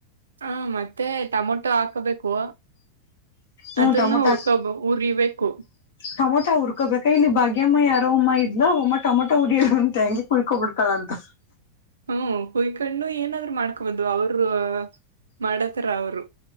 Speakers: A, on the right (about 70°); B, on the left (about 55°).
A: ಹಾ ಮತ್ತೆ ಟಮೊಟೊ ಹಾಕಬೇಕು
B: ಹ್ಮ್
A: ಅದನ್ನು
B: ಟೊಮೊಟೊ
A: ಹುರ್ಕೊಬ ಹುರಿಬೇಕು.
B: ಟಮೊಟ ಹುರ್ಕೋಬೇಕಕ್ ಇಲ್ಲಿ ಬಾಗ್ಯಮ್ಮ ಯಾರೋ ಉಮ ಇದ್ಲ ಉಮ್ಮ ಟಮೊಟಾ ವಡಿ ಅಂತೆ ಹೆಂಗೆ ಕುಕೊ ಬಿಡ್ತಾಳ ಅಂತ
A: ಹ್ಮ ಹುಯ್ಕೊಂಡು ಏನ್ ಅವ್ರ ಮಾಡ್ಕೊ ಬಂದ್ ಅವರು ಮಾಡತರ ಅವರು